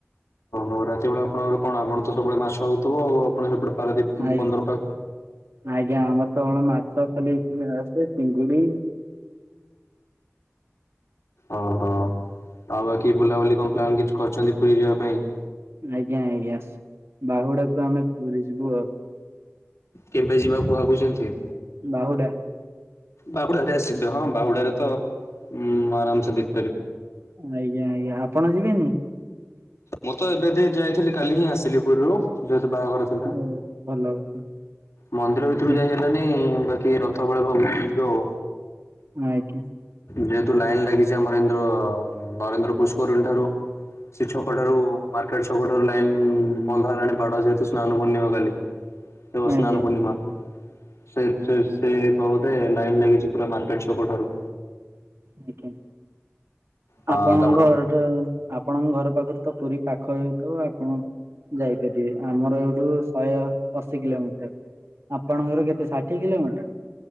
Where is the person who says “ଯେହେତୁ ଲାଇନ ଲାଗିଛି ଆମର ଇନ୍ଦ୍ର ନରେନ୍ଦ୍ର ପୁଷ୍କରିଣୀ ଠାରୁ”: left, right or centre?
Left